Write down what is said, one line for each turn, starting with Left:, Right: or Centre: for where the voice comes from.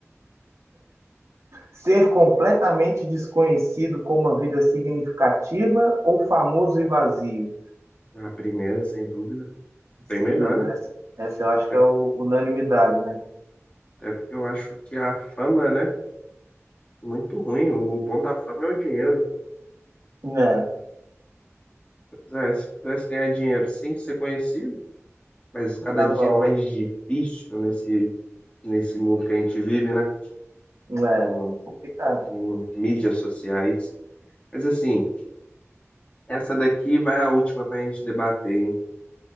Right: Ser completamente desconhecido com uma vida significativa ou famoso e vazio?
Left: A primeira, sem dúvida.
Right: Sem
Left: Bem melhor,
Right: dúvida.
Left: né?
Right: Essa essa eu acho
Left: É,
Right: que é o, unanimidade, né?
Left: é porque eu acho que a fama, né? é Muito ruim. O bom da fama é o dinheiro.
Right: É,
Left: Pois é, se pudesse ganhar dinheiro sem ser conhecido, mas cada
Right: tava
Left: dia
Right: ótimo.
Left: é mais difícil nesse, nesse mundo que a gente vive, né?
Right: É,
Left: Com,
Right: complicado.
Left: com mídias sociais. Mas assim, essa daqui vai a última para a gente debater, hein?